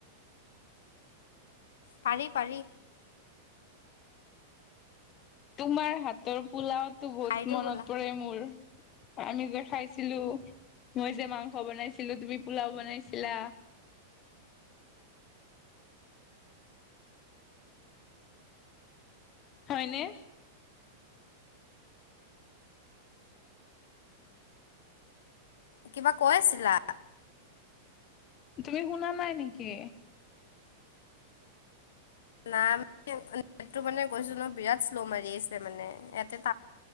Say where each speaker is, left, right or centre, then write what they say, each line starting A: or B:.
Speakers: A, on the left; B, on the left.
A: পাৰি পাৰি।
B: তোমাৰ হাতৰ পোলাওতো বহুত
A: খাই দিও
B: মনত
A: ব'লা
B: পৰে মোৰ। আমি যে খাইছিলো। মই যে মাংস বনাইছিলো তুমি পোলাও বনাইছিলা। হয়নে?
A: কিবা কৈ আছিলা।
B: তুমি শুনা নাই নেকি?
A: ন নেটটো মানে কৈছো ন বিৰাট শ্ল' মাৰি আছে মানে ইতে <unintelligible>